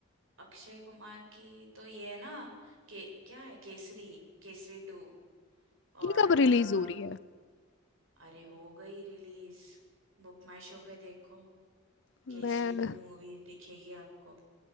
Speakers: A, on the right; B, on the left.
A: अक्षय कुमार की तो ये है ना के क्या है केसरी केसरी टू और
B: ये कब
A: अ,
B: रिलीज हो रही है
A: अरे हो गई रिलीज बुक माई शो पे देखो
B: मैं
A: केसरी टू मूवी दिखेगी आपको